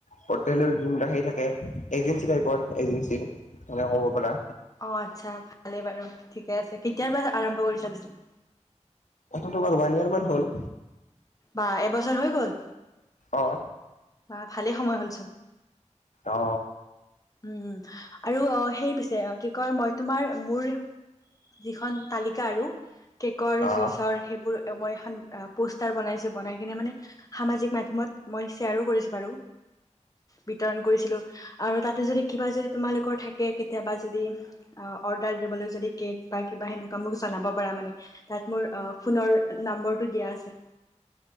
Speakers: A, on the left; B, on the left.
A: হোটেলৰ সেই থাকে এজেঞ্চি টাইপৰ এজেঞ্চিৰ সেনেকে ক'ব পাৰা।
B: অ', আচ্ছা ভালেই বাৰু ঠিকে আছে কেতিয়াৰ পৰা আৰম্ভ কৰিছা পিছে?
A: এটো তোমাৰ ওয়ান ইয়াব় মান হ'ল।
B: বা এবছৰ হৈ গল
A: অ
B: বা ভালেই সময় হ'লচোন।
A: অ
B: উম আৰু অ', সেই পিছে কি কয় মই তোমাৰ মোৰ যিখন তালিকা আৰু কেকৰ
A: অ
B: জুইচৰ সেইবোৰ মই এখন পোষ্টাৰ বনাইছো বনাই কিনে মানে সামাজিক মাধ্যমত মই শ্বেয়াৰো কৰিছো বাৰু বিতৰণ কৰিছিলো আৰু তাত তাতে যদি কিবা যদি তোমালোকৰ থাকে কেতিয়াবা যদি অৰ্ডাৰ দিবলৈ যদি কেক বা কিবা সেনেকুৱা মোক জনাব পাৰা মানে তাত মোৰ ফোনৰ নম্বৰটো দিয়া আছে।